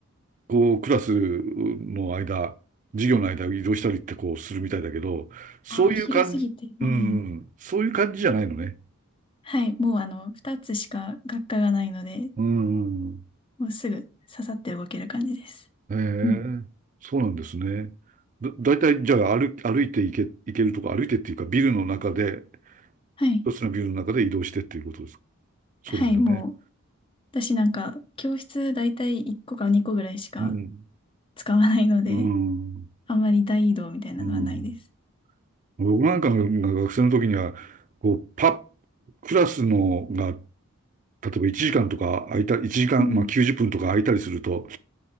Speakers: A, on the right; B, on the left.
A: こう、クラスの間、授業の間を移動したりってこうするみたいだけど、そういう感じ、
B: ああ、広すぎて、うん
A: うん、そういう感じじゃないのね。
B: はい。もう、あの、二つしか学科がないので、
A: うん。
B: もうすぐ刺さって動ける感じです。
A: ええ、
B: うん。
A: そうなんですね。だ、だいたい、じゃあ歩、歩いていけ、行けるとこ、歩いてっていうか、ビルの中で、
B: はい。
A: 一つのビルの中で移動してっていうことですか。そうなんだね。
B: はい、もう、私なんか、教室大体1個か2個ぐらいしか
A: うん。
B: 使わないので、
A: うん。
B: <laughs> あんまり大移動みたいなのはないです。
A: うん。僕なんかが学生の時には、こう、パッ、クラスのが、例えば1時間とか空いた、1時間、
B: うん。
A: まあ90分とか空いたりすると、